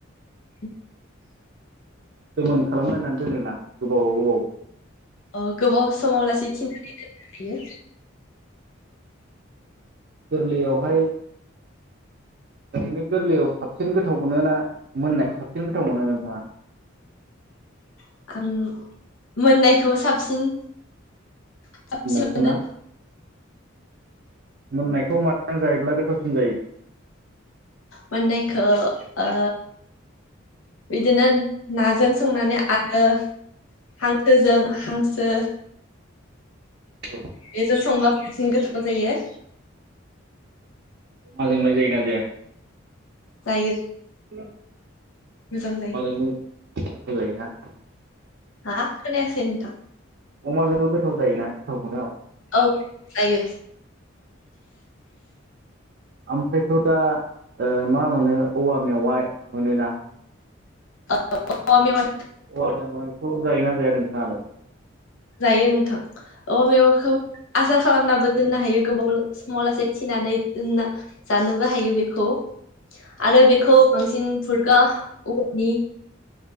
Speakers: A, on the left; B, on the right.
A: <unintelligible>
B: गोमोन खालामलायनानै दोनोना गोबाव-गोबाव।
A: औ गोबाव समाव लासे थिनानै दोननो हायो।
B: गोरलैयावहाय ओरैनो गोरलैयाव साबसिन गोथाव मोनोना मोननायखौ साबसिन गोथाव मोनो नोंथाङा?
A: आं मोननायखौ साबसिन-साबसिन
B: मोननायखौ
A: मोनो।
B: ना मोननायखौ माजों जायोब्ला गोथावसिन जायो?
A: मोननायखौ ओ बिदिनो नाजों संनाया आरो हांसोजों-हांसो
B: औ
A: बेजों संब्ला बांसिन गोथाव जायो।
B: अमा जोंलाय जायो ना जाया?
A: जायो।
B: अमाजोंबो
A: मोजां जायो
B: गोथाव जायोना।
A: हा खोनायासै नोंथां।
B: अमाजोंबो गोथाव जायोना गोथाव मोनो आं।
A: औ जायो।
B: ओमफ्रायथ' दा ओ मा मोनो औवा मेवाइ मोनोना।
A: औ औवा मेवाइ
B: औवा मेवाइखौ जायोना जाया नोंथाङालाय?
A: जायो नोंथां औवा मेवाइखौ आसार खालामनाबो दोननो हायो गोबाव समाव लासे थिनानै दोनना जानोबो हायो बेखौ। आरो बेखौ बांसिन फुरका औवानि